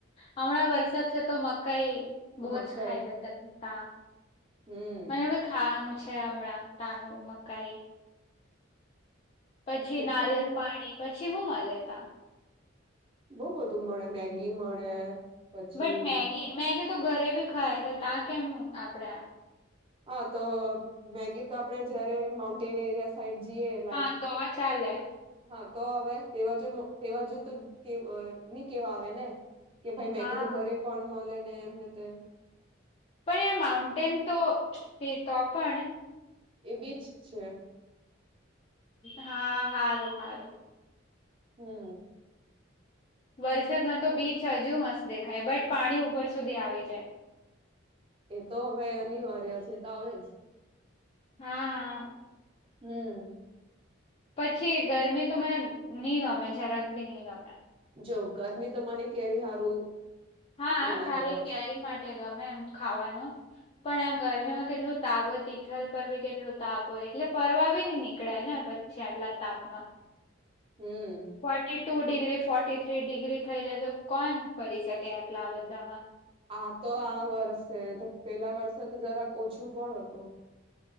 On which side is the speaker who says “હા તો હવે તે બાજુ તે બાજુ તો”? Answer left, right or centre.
Right